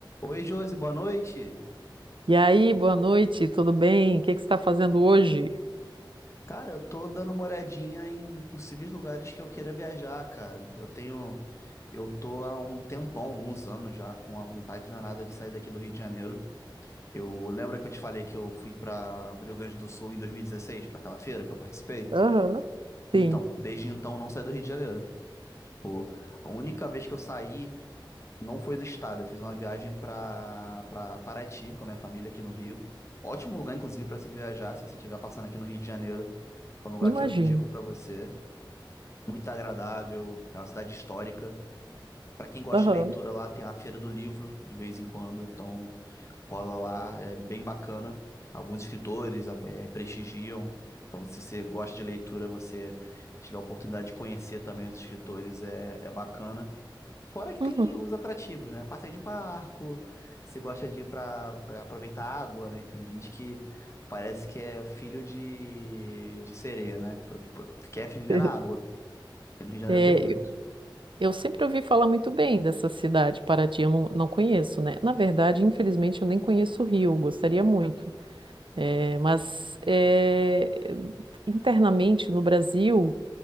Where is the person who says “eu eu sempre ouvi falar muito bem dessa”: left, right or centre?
Right